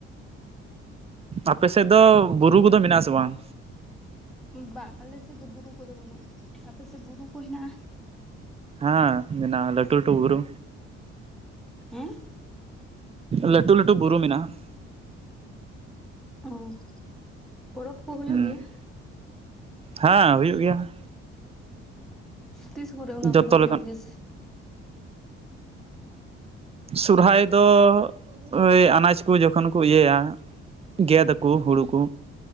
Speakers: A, on the right; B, in the centre.
A: ᱟᱯᱮ ᱥᱮᱫ ᱫᱚ ᱵᱩᱨᱩ ᱠᱚᱫᱚ ᱢᱮᱱᱟᱜ-ᱟ ᱥᱮ ᱵᱟᱝ?
B: ᱵᱟᱝ ᱟᱞᱮᱥᱮᱫ ᱫᱚ ᱵᱩᱨᱩ ᱠᱚᱫᱚ ᱵᱟᱹᱱᱩᱜᱼᱟ, ᱟᱯᱮᱥᱮᱫ ᱵᱩᱨᱩ ᱠᱚ ᱦᱮᱱᱟᱜᱼᱟ?
A: ᱦᱮᱸ ᱢᱮᱱᱟᱜ-ᱟ, ᱞᱟᱹᱴᱩ ᱞᱟᱹᱴᱩ ᱵᱩᱨᱩ
B: ᱦᱮᱸ ᱾
A: ᱞᱟᱹᱴᱩ ᱞᱟᱹᱴᱩ ᱵᱩᱨᱩ ᱢᱮᱱᱟᱜᱼᱟ ᱾
B: ᱚ ᱯᱚᱨᱚᱵᱽ ᱠᱚ ᱦᱩᱭᱩᱜ
A: ᱦᱩᱸ
B: ᱜᱮᱭᱟ?
A: ᱦᱮᱸ ᱦᱩᱭᱩᱜ ᱜᱮᱭᱟ ᱾
B: ᱛᱤᱥ ᱠᱚᱨᱮ ᱚᱱᱟ
A: ᱡᱚᱛᱚ
B: ᱠᱚᱫᱚ ᱦᱩᱭᱩᱜ
A: ᱞᱮᱠᱟᱱ
B: ᱜᱮᱭᱟ ᱥᱮ
A: ᱥᱚᱨᱦᱟᱭ ᱫᱚ ᱳᱭ ᱟᱱᱟᱡᱽ ᱠᱚ ᱡᱚᱠᱷᱚᱱ ᱠᱚ ᱤᱭᱟᱹᱭᱟ ᱜᱮᱫ ᱟᱠᱚ ᱠᱚ ᱦᱩᱲᱩ ᱠᱚ